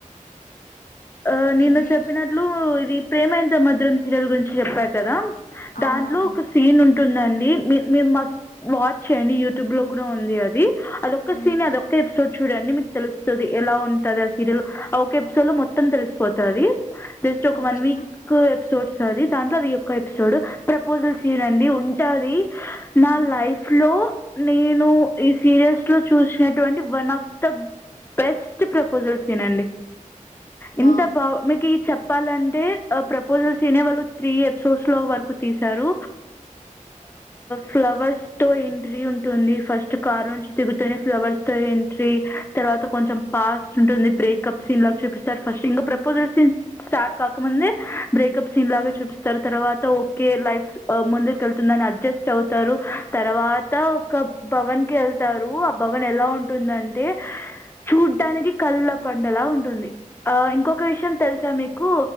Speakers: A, on the left (about 15°); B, on the left (about 75°).
A: ఆ నేను
B: ఇంకా
A: చెప్పినట్లు ఇది ప్రేమ ఎంత మధుం హరోడు గురించి చెప్పారు కదా
B: అవునవునండి
A: దాంట్లో ఒక సీన్ ఉంటుందండి మీర్ మీర్ మీరు మస్ట్ వాచ్ చేయండి యూట్యూబ్ లో కూడా ఉంది అది. అదొక్క
B: ఉమ్
A: సీన్ అదొక్క ఎపిసోడ్ చు. చూడండి మీకు తెలుస్తుంది ఎలా ఉంటది ఆ సీరియల్. ఒక ఎపిసోడ్ లో మొత్తం తెలిసిపోతాది. జస్ట్ ఒక
B: ఓకే
A: వన్ వీక్ ఎపిసోడ్ స్తద్ధి దాంట్లో యొక్క ఇది ఒక్క ఎపిసోడ్. ప్రపోజల్స్ చేయనండి ఉంటుది నా
B: ఉమ్
A: లైఫ్ లో నేను ఈ సీరియల్స్ లో చూసినటువంటి one of the best proposal scene అండి ఇంత
B: వా
A: బా మీకు ఈ చెప్పాలంటే ప్ర పుల్ తినేవాళ్ళు త్రీ ఎపిసోడ్స్ లో వరకు తీసారు ఫ్లవర్స్ తో ఎంట్రీ ఉంటుంది ఫస్ట్ కార్. కు త ఫ్లవర్స్ ఎంట్రీ తర్వాత కొంచెం ఫాస్ట్ ఉంటుంది బ్రేకప్ సీన్ లాగా చూపిస్తారు ఫస్ట్ ఇంకా ప్రపోజల్ సీన్ స్టార్ట్ కాకముందే బ్రేకప్ సీన్ లాగా చూపిస్తారు తర్వాత ఒకఓే లైఫ్ ముందుకి వెళ్తుందిని అడ్జస్ట్ అవుతారు తర్వాత ఒక భవన్ కి వెళ్తారు ఆ భవన్ ఎలా ఉంటుందంటే చూడ్డానికి కళ్ళ ప ఉండేలా ఉంటుంది ఆ ఇంకొక విషయం తెలుసా మీకు